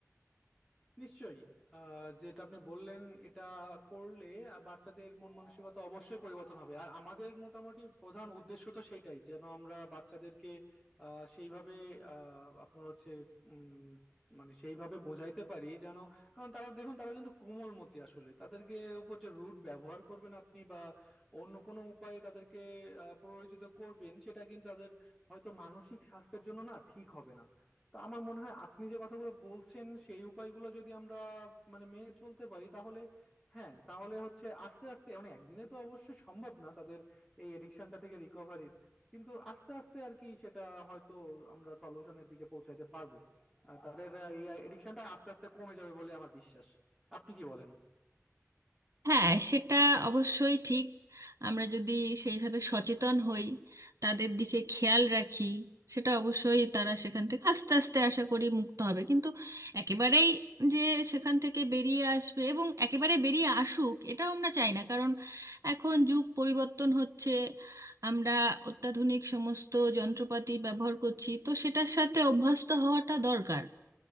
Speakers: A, in the centre; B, on the right.
A: নিশ্চয়ই আহ, যেটা আপনি বললেন এটা করলে বাচ্চাদের মন মানসিকতা অবশ্যই পরিবর্তন হবে আর আমাদের মোটামুটি প্রধান উদ্দেশ্য তো সেইটাই যেন আমরা বাচ্চাদেরকে আহ, সেইভাবে আহ, আপনার হচ্ছে উম, মানে সেইভাবে বোঝাইতে পারি যেন কারণ তারা দেখুন তারা কিন্তু কোমলমতি আসলে তাদেরকে উপর যে রুট ব্যবহার করবেন আপনি বা অন্য কোনো উপায়ে তাদেরকে আহ, প্ররোচিত করবেন সেটা কিন্তু তাদের হয়তো মানসিক স্বাস্থ্যের জন্য না ঠিক হবে না তো আমার মনে হয় আপনি যে কথাগুলো বলছেন সেই উপায়গুলো যদি আমরা মানে মেনে চলতে পারি তাহলে হ্যাঁ তাহলে হচ্ছে আস্তে আস্তে মানে একদিনে তো অবশ্যই সম্ভব না তাদের এই এডিকশনটা থেকে রিকভারির কিন্তু আস্তে আস্তে আর কি সেটা হয়তো আমরা সলিউশনের দিকে পৌঁছাইতে পারবো আহ, তাদের আহ, এই এডিকশনটা আস্তে আস্তে কমে যাবে বলে আমার বিশ্বাস আপনি কি বলেন
B: হ্যাঁ সেটা অবশ্যই ঠিক আমরা যদি সেইভাবে সচেতন হই তাদের দিকে খেয়াল রাখি সেটা অবশ্যই তারা সেখান থেকে আস্তে আস্তে আশা করি মুক্ত হবে কিন্তু একেবারেই যে সেখান থেকে বেরিয়ে আসবে এবং একেবারে বেরিয়ে আসুক এটাও আমরা চাই না কারণ এখন যুগ পরিবর্তন হচ্ছে আমরা অত্যাধুনিক সমস্ত যন্ত্রপাতি ব্যবহার করছি তো সেটার সাথে অভ্যস্ত হওয়াটা দরকার